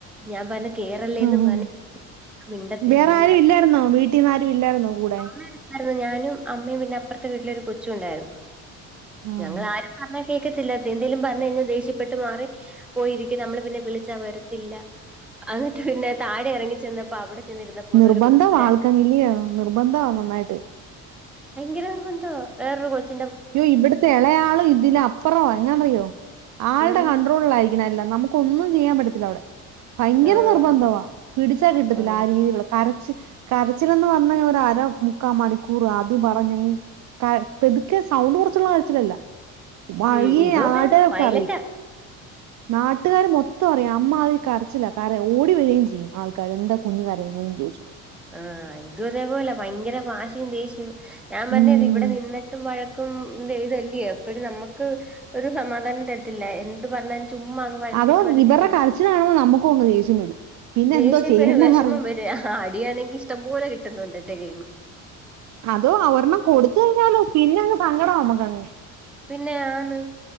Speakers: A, in the centre; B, on the right (about 50°).
A: ഞാൻ പറഞ് കേറല്ലേന്ന്
B: ഉം
A: പറഞ്
B: ഉം
A: മിണ്ടത്തില്ല
B: വേറെ
A: മിണ്ട
B: ആരും ഇല്ലായിരുന്നോ വീ,, ന്നാരും ഇല്ലായിുന്നോ കൂടെ
A: അായിരുന്നു ഞാനും അമ്മയും പിന്നെ അപ്പുറത്തെ വീട്ടിലൊരു കൊച്ചു ഉണ്ടായിരുന്നു
B: ആഹ്
A: ഞങ്ങൾ ആരും. പറഞ്ഞ കേൾക്കത്തില്ലാത്തെ എന്തേലും പറഞ്ഞയ്‌ഞാ ദേഷ്യപ്പെട്ട് മാറി പോയിരിക്കും നമ്മള് പിന്നെ വിളിച്ചാ വരത്തില്ല എന്നിട്ട് പിന്നെ താഴെ ഇറങ്ങി ചെന്നപ്പോ അവിടെ,, ചെന്നിരുന്നപ്പോണ്ട്
B: നിർബന്ധവ
A: ഒരു കൊച്ചിന്റെ
B: ആൾക്കങ്ങനെ ഇല്ല്യോ നിർബന്ധവ നന്നായിട്ട്
A: ഭയങ്കര നിര്ബന്ധമാ വേറൊരു കൊച്ചു
B: അയ്യോ ഇവിടുത്തെ ഇളയാളും ഇതില,, അപ്പറോ എങ്ങനാെന്നറിയോ ആളുടെ
A: ഉം
B: കണ്ട്രോളാ യിരിക്കണമെല്ലാംനമുക്ക ഒന്നും ചെയ്യാൻ പറ്റത്തില്ല അവിടെ. ഭയങ്കര
A: ആഹ്
B: നിർബന്ധവാ പിടിച്ചാൽ കിട്ടത്തില്ല
A: ആഹ്
B: ആ രീതിയിലുള്ള കരച്ച്,, കരച്ചിലന്ന് പറഞ്ഞ അര മുക്കാ മണിക്കൂറ അതും പറഞ്ഞ പതു,, സൗണ്ട് കൊടുത്തുള്ള ആഴച്ചിലല്ല വഴ
A: ഉം ഇതും
B: ആടൊക്കെ
A: അങ്ങനാ വയലന്റാ.
B: അറും <unintelligible> നാട്ടുകാരും മൊത്തം അറിയാം അമ്മ അതിന് കരച്ചില. അതെ ഓടി വരകയും ചെയ്യും ആൾക്കാാര് എന്താ കുഞ്ഞഞ് കരയുന്നത ചോദിച്ഛ്
A: ആഹ് ഇതും അതേപോലെ ഭയങ്കര ഭാഷിയയും ദേഷ്യവും ഞാൻ പറഞ്ഞത്
B: ഉം
A: ഇവിടെ നിന്ന,, ട്ടും വഴക്കും ഇതല്ലയോ അപ്പോഴ നമുക്ക് ഒരു സമാധാനം തരത്തില്ല എന്ത് പറഞ്ഞാലും ചുമ്മാഅങ്,, വഴക്കിട്ട്
B: അതോ
A: വഴക്കിട്ടിരിക്കും
B: ഇവരുടെ കരച്ചില് കാണുമ്പോ നമുക്കും അങ്ങ് ദേഷ്യം വരും പിന്നെ
A: ദേഷ്യം
B: എന്തോ ചെയ്യേണ്ടന്ന്
A: വരും വിഷമം
B: അറിയ
A: വരും. അടിയാണെങ്കി ഇഷ്ടംപോലെ കിട്ടുന്നുണ്ട്എന്റെകൈ യിന്ന്
B: അതോ അ ഒരെണ്ണം കൊടുത്തലോ പിന്നെങ്ങ് സങ്കടം നമ്മുക്കങ്ങ്
A: പിന്നെ ആന്ന്.